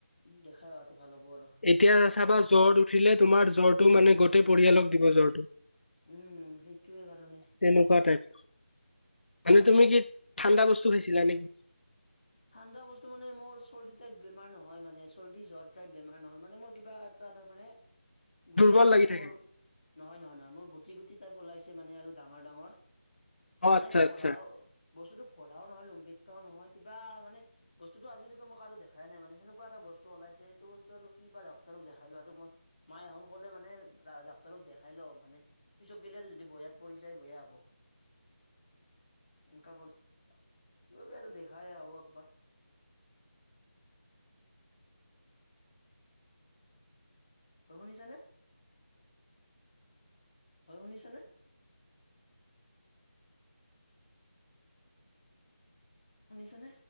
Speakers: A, on the left (about 40°); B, on the left (about 85°).
A: দেখাই অহাটো ভাল হ'ব আৰু
B: এতিয়া চাবা জ্বৰ উঠিলে তোমাৰ জ্বৰটো মানে গটেই
A: উম।
B: পৰিয়ালক দিব জ্বৰটো
A: উম সেইটোৱে কাৰণে
B: তেনেকুৱা টাইপ মানে তুমি কি ঠাণ্ডা বস্তু খাইছিলা নেকি?
A: ঠাণ্ডা বস্তু মানে মোৰ চৰ্দি টাইপ বেমাৰ নহয় মানে, চৰ্দি জ্বৰ টাইপ বেমাৰ নহয় মানে মোৰ কিবা এটা মানে গুটি
B: দুৰ্বল
A: গুটি
B: লাগি
A: টাইপ
B: থাকে।
A: মোৰ নহয় নহয় নহয় মোৰ গুটি গুটি টাইপ ওলাইছে মানে আৰু ডাঙৰ ডাঙৰ
B: অ'
A: মানে
B: আচ্ছা
A: ফৰাও
B: আচ্ছা।
A: বস্তুতো ফৰাও নহয় লম্বিতকাও নহয় কিবা মানে বস্তুটো আজিলৈকে মই কাৰো দেখাই নাই মানে সেনেকুৱা এটা বস্তু ওলাইছে এইটো বস্তু আৰু কিবা ডক্ৰৰক দেখাই লোৱাটো মই মায়ে এনে কলে মানে ডাক্তৰক দেখাই ল মানে পিছত গেলে আৰু যদি বেয়াত পৰি যায় বেয়া হব
B: <inaudible>
A: এনকা কলে কি কৰবি আৰু দেখাই আহোঁ একবাৰ শুনিছানে, হয় শুনিছানে? শুনিছানে?